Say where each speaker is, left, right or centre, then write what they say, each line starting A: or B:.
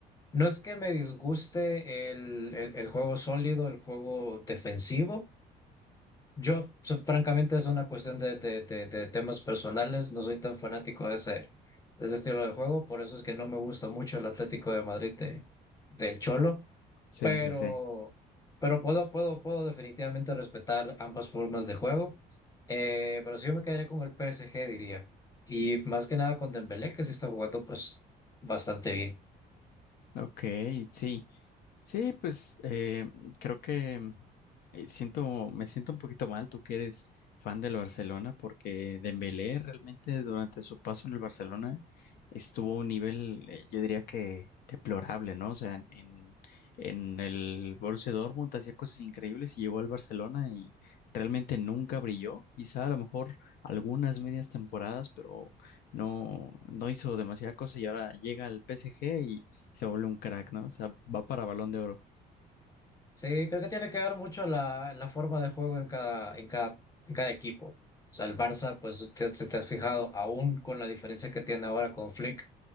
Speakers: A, on the left; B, on the left.
A: No es que me disguste el, el- el juego sólido, el juego defensivo. Yo, o sea, francamente, es una cuestión de, de- de- de temas personales. No soy tan fanático de ese, de ese estilo de juego. Por eso es que no me gusta mucho el Atlético de Madrid de- del Cholo
B: Sí,
A: pero,
B: sí, sí.
A: pero puedo, puedo, puedo definitivamente respetar ambas formas de juego. Eh, pero sí yo me quedaría con el PSG, diría. Y más que nada con Dembélé, que sí está jugando pues bastante bien.
B: Ok, sí. Sí, pues eh, creo que eh, siento, me siento un poquito mal, tú que eres fan del Barcelona, porque Dembélé realmente durante su paso en el Barcelona estuvo a un nivel, eh, yo diría que deplorable, ¿no? O sea, en, en en el Borussia Dortmund hacía cosas increíbles y llegó al Barcelona y realmente nunca brilló. Quizá a lo mejor algunas medias temporadas, pero no, no hizo demasiada cosa y ahora llega al PSG se vuelve un crack, ¿no? O sea, va para Balón de Oro.
A: Sí, creo que tiene que ver mucho la, la forma de juego en cada, en cada, en cada equipo. O sea, el Barça, pues usted se te ha fijado, aún con la diferencia que tiene ahora con Flick,